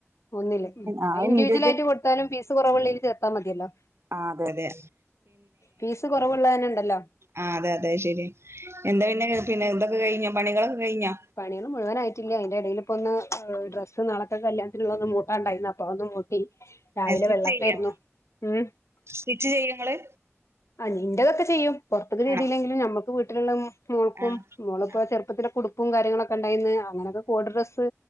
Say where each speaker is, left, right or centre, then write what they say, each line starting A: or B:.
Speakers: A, on the left; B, on the right.
A: ഒന്നില്
B: ആഹ്
A: ഇൻിവിജ്വൽ
B: ഇൻഡിവിജ്വൽ
A: ആയിട്ട് കൊടുത്താലും ഫീസ് കുറവള്ളതിൽ ചേർത്താൽ മതിയല്ലോ
B: ആ അതെ അതെ
A: ഫീസ് കുറവുള്ള തന്നെ ഇണ്ടല്ലോ
B: ആ് അതെ അതെ ശെരി എന്താ പിന്നെ പിന്നെ എന്തൊക്കെ കഴിഞ്ഞോ പണികളൊക്കെ കഴിഞ്ഞോ
A: പണികൾ മുഴുവനായിട്ടില്ല അതിന്റെ ഇടയില് ഇപ്പൊ ഒന്ന് ഡ്രസ്സ് നളത്തെ ക്കല്യാത്തിന്ന് പോവാന് മൂട്ടാണ്ടായിരുന്നു അതൊന്ന്- രാവിലെ
B: ആ സ്റ്റിച്ച്
A: വെള്ളപ്പേരുന്നു
B: ചെയ്യോ
A: ഉം
B: സ്റ്റിച്ച് ചെയ്യങ്ങള്
A: ആ്ൻന്റെതൊക്കെ ചെയ്യും പുറത്തൊക്ക ചിതില്ലെങ്കിലും
B: ആണോ
A: നമ്മുക്ക് വീട്ടിലുള്ള- മോൾക്കും
B: ആ
A: മോളിപ്പോ
B: ആ
A: ചെറുപ്പത്തിന്റെ ഉടുപ്പും കാര്യങ്ങളൊക്കെ ഉണ്ടായിന്ന് അങ്ങനെക്കെ കോഡ് ഡ്രസ്സ്